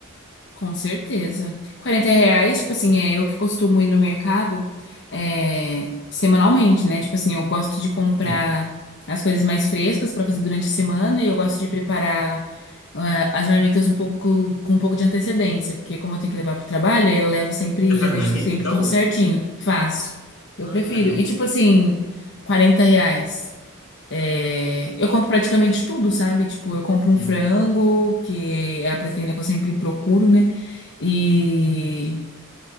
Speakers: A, on the left; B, on the left.
A: Com certeza. Quarenta reais, tipo assim, é eu que costumo ir no mercado é, semanalmente, né? Tipo assim, eu gosto de comprar
B: Sim.
A: as coisas mais frescas pra fazer durante a semana e eu gosto de preparar ah, as marmitas um pouco com um pouco de antecedência, porque como eu tenho que levar pro trabalho, aí eu levo sempre,
B: Você
A: já
B: faz
A: deixo
B: marmita,
A: sempre
B: então?
A: tudo certinho. Faço. Eu
B: Ah,
A: prefiro.
B: que legal.
A: E tipo assim, 40 reais. É, eu compro praticamente tudo, sabe? Tipo, eu compro
B: Sim,
A: um frango, que é a proteína que eu sempre procuro, né? E